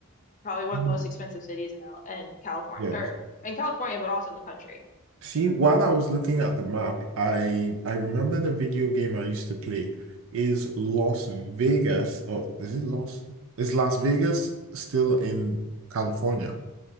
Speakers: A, on the left; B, on the right.
A: Probably one
B: Hmm.
A: of the most expensive cities in in California
B: Yes.
A: or in California, but also in the country.
B: See, while I was looking at the map, I I remember the video game I used to play is Las Vegas, or is it Las? Is Las Vegas still in California?